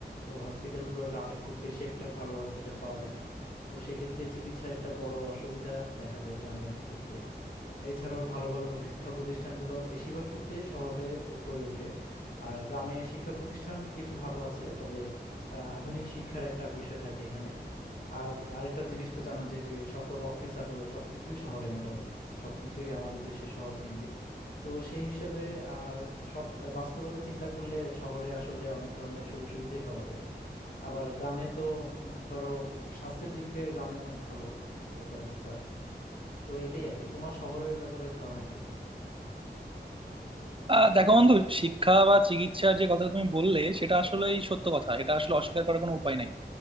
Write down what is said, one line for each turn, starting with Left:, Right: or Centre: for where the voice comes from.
Left: তো হসপিটালগুলো গ্রামে খুব বেশি একটা ভালো হসপিটাল পাওয়া যায় না তো সেক্ষেত্রে চিকিৎসার একটা বড় অসুবিধা দেখা যায় গ্রামের ক্ষেত্রে এছাড়াও ভালো ভালো শিক্ষা প্রতিষ্ঠানগুলো বেশিরভাগ ক্ষেত্রে শহরে আহ, গড়ে ওঠে আর গ্রামে শিক্ষা প্রতিষ্ঠান কিছু ভালো আছে তবে আহ, আধুনিক শিক্ষার একটা বিষয় থাকে এখানে আর আরেকটা জিনিস তো জানো যে যে সকল অফিস আদালত সবকিছুই শহরে মোটামুটি সবকিছুই আমাদের দেশে শহর কেন্দ্রিক তো সেই হিসেবে আহ, সব বাস্তবতা চিন্তা করলে শহরে আসলে অনেক ধরনের সুযোগ সুবিধাই পাওয়া যায় আবার গ্রামে তো উম, ধরো স্বাস্থ্যের দিক থেকে গ্রামে অনেক ভালো আহ, ব্যবস্থা তো এটাই আর কি তোমার শহরের ব্যাপারে ধারণা কিরকম
Right: আহ দেখো বন্ধু শিক্ষা বা চিকিৎসার যে কথাটা তুমি বললে সেটা আসলেই সত্য কথা এটা আসলে অস্বীকার করার কোনো উপায় নাই